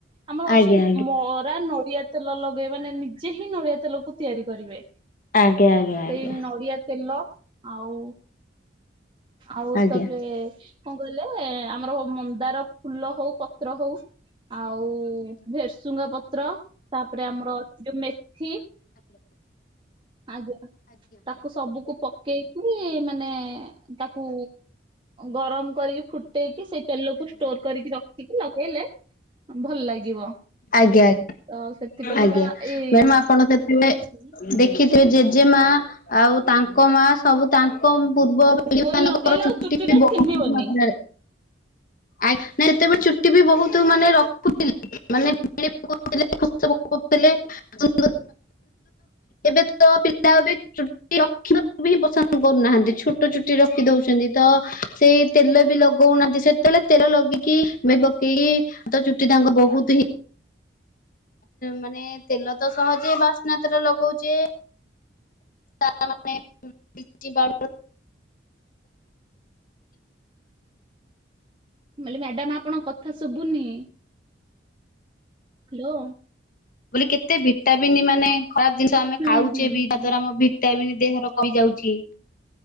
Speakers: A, on the right; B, on the left.
A: ଆମର
B: ଆଜ୍ଞା
A: ଅଛି ମରା ନ ନଡିଆ ତେଲ ଲଗେଇ ମାନେ ନିଜେ ହିଁ ନଡିଆ ତେଲକୁ ତିଆରି କରିବେ
B: ଆଜ୍ଞା ଆଜ୍ଞା ଆଜ୍ଞା
A: ସେଇ ନଡିଆ ତେଲ ଆଉ ଆଉ
B: ଆଜ୍ଞା ଆଜ୍ଞା
A: ତାପରେ କଣ କହିଲେ ଆମର ମନ୍ଦାର ଫୁଲ ହଉ ପତ୍ର ହଉ ଆଉ ଭେରସୁଙ୍ଗା ପତ୍ର ତାପରେ ଆମର ଅଛି ଯୋଉ ମେଥି ଆଜ୍ଞା ତାକୁ ସବୁକୁ ପକେଇକି ମାନେ ତାକୁ ଗରମ କରିକି ଫୁଟେଇକି ସେଇ ତେଲକୁ ଷ୍ଟୋର କରିକି ରଖିକି ଲଗେଇଲେ ଭଲ ଲାଗିବ।
B: ଆଜ୍ଞା ଆଜ୍ଞା
A: ତ ସେଥିପାଇଁକା
B: ଆଜ୍ଞା
A: ଏଇ
B: ମ୍ୟା ଆପଣ ସେତରେ
A: ମୁଁ
B: ଦେଖି ଜେଜେ ମା ଆଉ ତାଙ୍କ ମା ସବୁ ତାଙ୍କ ପୂର୍ବ ପିଢି
A: ସ୍ଲ
B: ମାନଙ୍କର
A: ଲଗେଇଲେ ଆଉ ଚୁଟି
B: ବି
A: ଟା
B: ବହୁତ
A: ଛିଣ୍ଡିବନି
B: ମାତ୍ରାରେ ଆ ସେତେବେଳେ ଚୁଟି ବି ବହୁତ ମାନେ ରଖୁ ମାନେ ଥିଲେଥିଲେ ସୁ ଏବେ ତ ପିଲା ବି ଚୁଟି ରଖିବାକୁ ବି ହିଁ ପସନ୍ଦ କରୁନାହାନ୍ତି ଛୋଟ ଚୁଟି ରଖି ଦଉଛନ୍ତି ତ ତ ସେଇ ତେଲ ବି ଲଗଉନାହାନ୍ତି ସେତେବେଳେ ତେଲ ଲଗେଇକି ଆେ ପକେଇକି ହାତ ଚୁଟି ତାଙ୍କ ବହୁତ ହିଁ ମାନେ ତେଲ ତ ସହଜେ ବାସ୍ନାତିରେ ଲଗଉଛେ ତା ମାନେ ବ
A: ମ୍ୟାଡାମ ଆପଣଙ୍କ କଥା ଶୁଭୁନି ହ୍ୟାଲୋ
B: ବ କେତେ ଭିଟାବିନ୍ ମାନେ ଖରାପ ଜିନିଷ ଆମେ
A: ହୁଁ
B: ଖାଉଛେ
A: ହୁଁ
B: ବି
A: ହୁଁ
B: ତା
A: ମୁଁ
B: ଦ୍ାରା ଆମ ଭିଟାବନ୍ ଦେହର କମ ଯାଉଛି